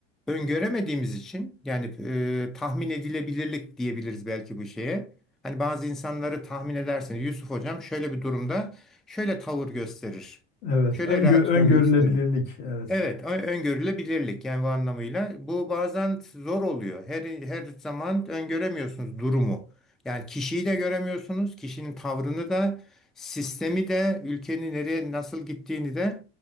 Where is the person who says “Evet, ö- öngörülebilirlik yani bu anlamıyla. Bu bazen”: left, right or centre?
Centre